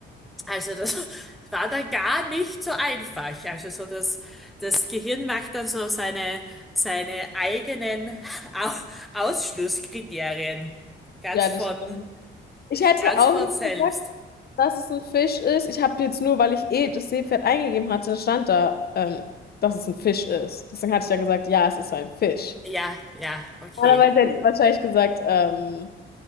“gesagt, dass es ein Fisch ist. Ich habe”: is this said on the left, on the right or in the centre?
Left